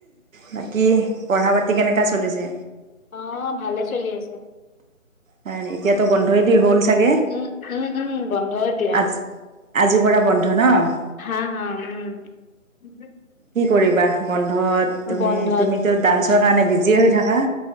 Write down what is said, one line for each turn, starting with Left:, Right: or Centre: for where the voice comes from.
Right: বাকী পঢ়া পাতি কেনেকা চলিছে?
Left: অ', ভালে চলি আছে।
Right: হয়, এতিয়াতো বন্ধয়দি
Left: উম
Right: হ'ল চাগে,
Left: উম উম উম বন্ধ এতিয়া
Right: <unintelligible> আজিৰ পৰা বন্ধ ন'?
Left: হা হা উম।
Right: কি কৰিবা বন্ধত? তুমি,
Left: বন্ধত
Right: তুমিতো ডান্সৰ কাৰণে বিজিয়ে হৈ থাকা।